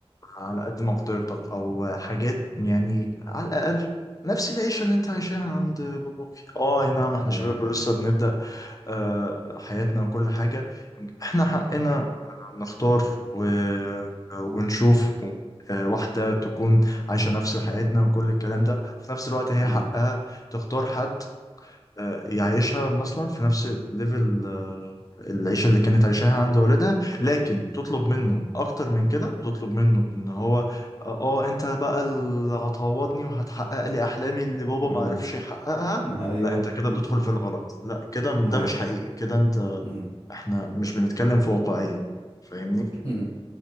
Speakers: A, on the left; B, on the left.
A: على قد مقدرتك أو حاجات يعني على الأقل نفس العيشة اللي أنت عايشاها عند باباك. اه أي نعم إحنا
B: ايوه
A: شباب
B: فاهم
A: لسه بنبدأ آه، حياتنا وكل حاجة احنا حقنا نختار و... ونشوف آه، واحدة تكون عايشة نفس حياتنا وكل الكلام ده وفي نفس الوقت هي
B: امم
A: حقها تختار حد آه، يعيشها مثلا في نفس الليفل آه، العيشة اللي كانت عايشاها عند والدها لكن تطلب منه أكتر من كده وتطلب منه إن هو آه آه، أنت بقى اللي هتعوضني وهتحقق لي أحلامي اللي بابا ما
B: أمم.
A: عرفش يحققها
B: <laughs> ايوه
A: لا أنت كده بتدخل في الغلط لا كده ده
B: ايوه
A: مش حقيقي كده أنت
B: امم
A: إحنا مش بنتكلم في واقعية فاهمني؟
B: <laughs>